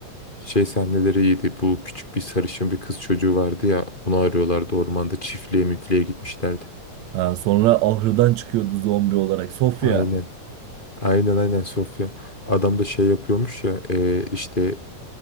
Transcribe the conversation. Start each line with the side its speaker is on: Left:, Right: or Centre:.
Left: şey sahneleri iyiydi. Bu küçük bir sarışın bir kız çocuğu vardı ya. Onu arıyorlardı ormanda çiftliğe müfliğe gitmişlerdi.
Right: Ha, sonra ahırdan çıkıyordu zombi olarak. Sofya
Left: Aynen. Aynen aynen Sofya. Adam da şey yapıyormuş ya e, işte